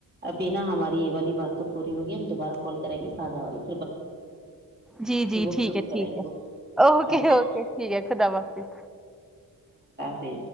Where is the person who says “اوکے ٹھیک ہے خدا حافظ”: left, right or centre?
Centre